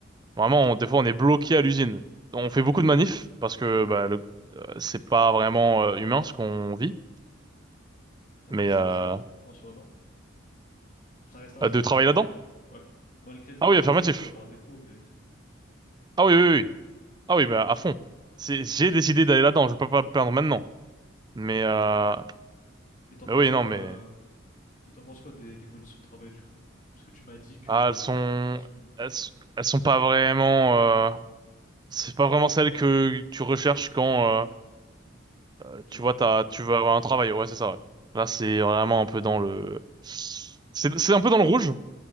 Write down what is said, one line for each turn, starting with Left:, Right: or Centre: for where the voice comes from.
Right: Vraiment, on- des fois, on est bloqué à l'usine. On
Left: Mais après.
Right: fait beaucoup de manifs parce que bah, le- euh, c'est pas vraiment euh, humain ce qu'on vit,
Left: Après,
Right: mais
Left: c'est
Right: euh,
Left: un choix en soi, non? Ça reste un choix
Right: de
Left: malgré
Right: travailler là-dedans.
Left: ouais, malgré le fait
Right: Ah oui, affirmatif.
Left: que c'est le choix par défaut, mais
Right: Ah oui, oui, oui. oui. Ah oui, bah à fond. C'est, j'ai décidé d'aller là-dedans. Je peux pas me plaindre maintenant. Mais,
Left: ok
Right: euh,
Left: ok. Et t'en
Right: mais
Left: penses
Right: oui,
Left: quoi
Right: non, mais
Left: euh, et t'en penses quoi des, des conditions de travail du coup? Parce que tu m'as dit que
Right: ah, elles sont,
Left: c'était tes conditions
Right: elles, s- elles sont pas vraiment. euh, C'est pas vraiment celles que tu recherches quand euh,
Left: où tu
Right: tu
Left: veux travailler,
Right: vois t'as, tu veux avoir un travail. Ouais, c'est ça. ouais. Là, c'est vraiment un peu dans le. C'est c'est un peu dans le rouge.